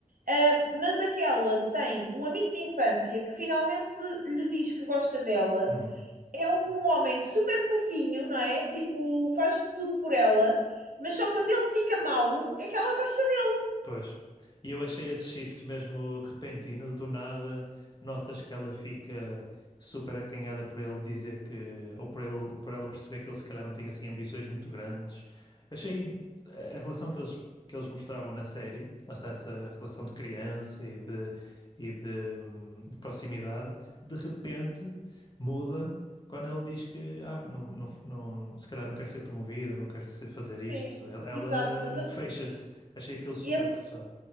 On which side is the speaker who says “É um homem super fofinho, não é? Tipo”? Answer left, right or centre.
Right